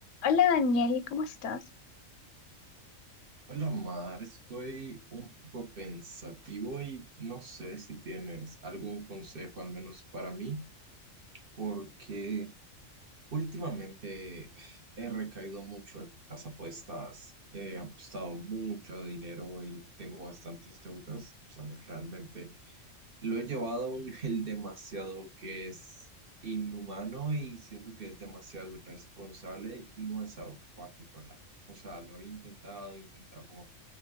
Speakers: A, on the left (about 70°); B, on the right (about 50°).
A: Hola Daniel, ¿cómo estás?
B: Hola, Mar, estoy un poco pensativo y no sé si tienes algún consejo, al menos para mí, porque últimamente he recaído mucho en las apuestas, he apostado mucho dinero y tengo bastantes deudas, o sea, realmente lo he llevado a un nivel demasiado que es inhumano y siento que es demasiado irresponsable y no es algo que pueda controlar. O sea, lo he intentado, he intentado como